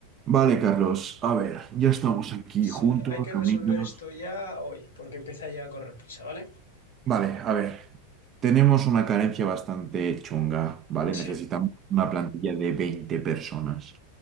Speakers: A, on the right; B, on the left.
A: Vale, Carlos, a ver, ya estamos aquí
B: Sí,
A: juntos,
B: hay que
A: reunidos.
B: resolver esto ya hoy, porque empieza ya a correr prisa, ¿vale?
A: Vale, a ver, tenemos una carencia bastante chunga, ¿vale? Necesitamos
B: Sí,
A: una plantilla de 20 personas.